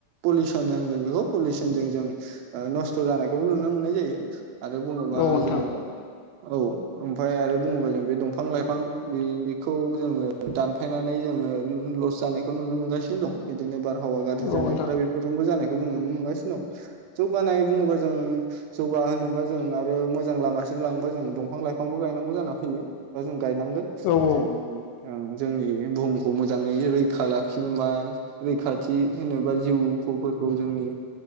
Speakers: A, on the right (about 85°); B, on the left (about 80°).
A: पलिउसन होनगोन बेखौ पलिउसनजों जों नस्थ' जानायखौबो नुनो मोननाय जायो आरो बुङोबा
B: औ नोंथां
A: जोङो औ ओमफ्राय आरो बुङोबा जों बे दंफां लाइफां बे खौ जोङो दानफायनानै जोङो लस जानायखौ नुनो मोनगासिनो दं बिदिनो बार हावा गाज्रि
B: औ
A: जानायफोरा
B: नोंथां
A: बेफोरजोंबो जानायखौ जों नुनो मोनगासिनो दं जौगानाय बुङोबा जों जौगा होनोबा जों आरो मोजां लामासिम लांबा जों दंफां लाइफांबो गायनांगौ जानानै फैयो दा जों गायनांगोन
B: औ औ
A: जोंनि ओ बुहुमखौ मोजां मोजाङै रैखा लाखिनो मा रैखा थि होनोबा जिउफोरखौ जोंनि